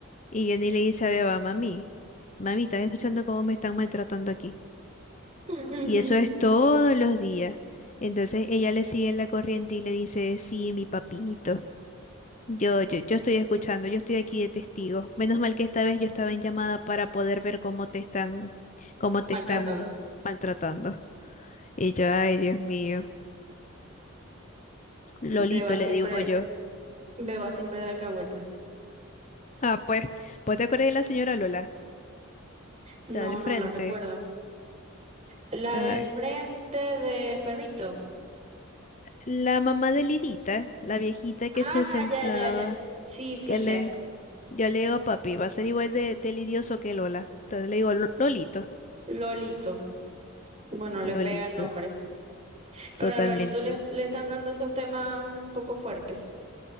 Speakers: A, on the left; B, on the right.
A: Y Johnny le dice a Beba, mami, mami, estás escuchando cómo me están maltratando aquí.
B: <laughs>
A: Y eso es todos los días. Entonces ella le sigue en la corriente y le dice, sí, mi papito. Yo, yo, yo estoy escuchando, yo estoy aquí de testigo. Menos mal que esta vez yo estaba en llamada para poder ver cómo te están, cómo te
B: Maltratando.
A: están maltratando. Y yo, ay, Dios mío. Lolito,
B: Beba
A: le
B: siempre,
A: digo yo.
B: Beba siempre de alcahueta.
A: Ah, pues, ¿vos te acordás de la señora Lola?
B: No,
A: La del
B: no
A: frente.
B: la recuerdo. La
A: ay
B: del frente del perrito.
A: La mamá de Lidita, la viejita que
B: Ah,
A: se sentaba,
B: ya, ya, ya. Sí, sí,
A: que le,
B: ya.
A: yo le digo, papi, va a ser igual de, de lidioso que Lola. Entonces le digo, "Lo- Lolito,
B: Lolito. Bueno, le
A: Lolito,
B: pega el nombre. Pero
A: totalmente.
B: a Lolito le, le están dando esos temas un poco fuertes.